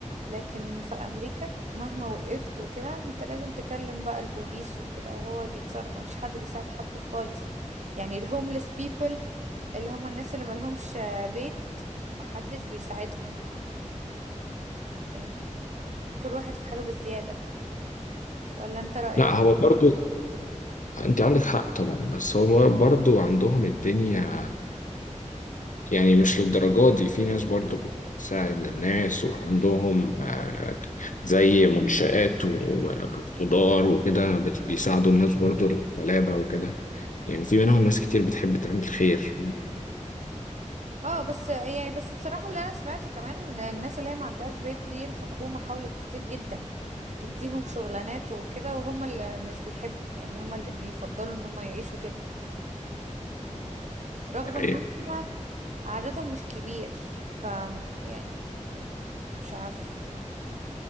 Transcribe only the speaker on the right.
لكن في امريكا مهما وقفت وكده انت لازم تكلم بقى البوليس وكده وهو اللي يتصرف مفيش حد بيساعد حد خالص يعني الهوملess people اللي هم الناس اللي ملهمش بيت محدش بيساعدهم يعني كل واحد في حاله بالزيادة ولا انت رأيك
اه بس يعني بس بصراحة اللي انا سمعته كمان ان الناس اللي هي ما عندهاش بيت دي الحكومة حاولت كتير جدا تديهم شغلانات وكده وهم اللي مش بيحبوا يعني هم اللي بيفضلوا ان هم يعيشوا كده يعني رغم
ان هم عددهم مش كبير ف يعني مش عارف